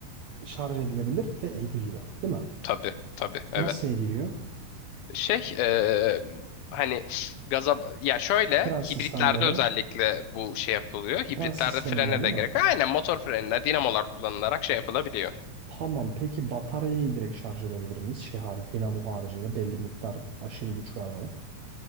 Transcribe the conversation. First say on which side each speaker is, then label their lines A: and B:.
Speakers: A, on the right; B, on the left.
A: Şarj edilebilir ve ediliyor, değil mi?
B: Tabii, tabii, evet.
A: Nasıl ediliyor?
B: Şey, eee, hani gaza, ya şöyle
A: Tren sistemleri.
B: hibritlerde özellikle bu şey yapılıyor. Hibritlerde
A: Tren sisteminden
B: frene
A: değil
B: de gerek.
A: mi?
B: Aynen motor frenine dinamolar kullanılarak şey yapılabiliyor.
A: Tamam peki bataryayı direkt şarj edebilir miyiz? Şey har dinamo haricinde belli bir miktar aşırı güç vermeden.